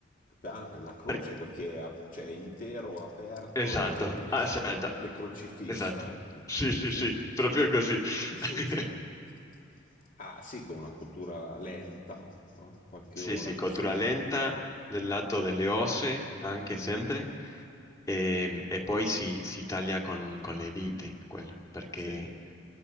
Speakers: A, on the left; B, on the left.
A: ah, la croce
B: Per-
A: perché è a- cioè, è intero, aperto
B: Esatto,
A: e messo...
B: esatto.
A: è crocifisso,
B: Esatto.
A: ecco.
B: Sì, sì,
A: Sì,
B: sì,
A: sì,
B: proprio così.
A: sì,
B: <laughs>
A: sì. Ah, sì, con una cottura lenta, no? Qualche
B: Sì,
A: ora
B: sì,
A: così,
B: cottura lenta
A: poi...
B: del lato delle osse, anche
A: Mhm,
B: sempre. E, e poi si, si taglia con, con le dita, quello, perché,
A: Sì.